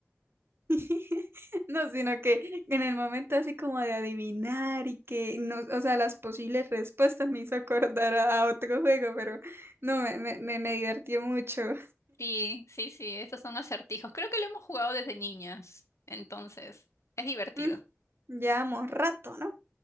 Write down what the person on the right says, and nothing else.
<laughs> No, sino que en el momento así como de adivinar y que no, o sea, las posibles respuestas me hizo acordar a, a otro juego, pero no, me, me, me, me divertió mucho.
Mm, llevamos rato, ¿no?